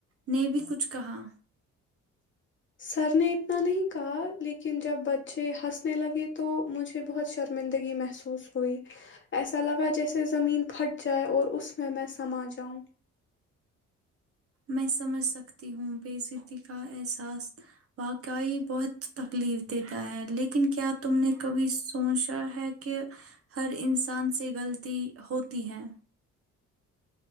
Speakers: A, on the right (about 50°); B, on the left (about 40°).
A: نے بھی کچھ کہا
B: سر نے اتنا نہیں کہا لیکن جب ب ھے ہنسنے لگے تو مجھے بہت شرمندگی محسوس ہوئی ایسا لگا جیسے زمین پھٹ جائے اور اس میں میں میں سما جاؤں
A: میں سمجھ سکتی ہوں بےزتی کا احساس واقعی بہت تکلیف دیتا ہے لیکن کیا تم نے کبھی سوچا ہے کہ ہر انسان سے غلطی ہوتی ہے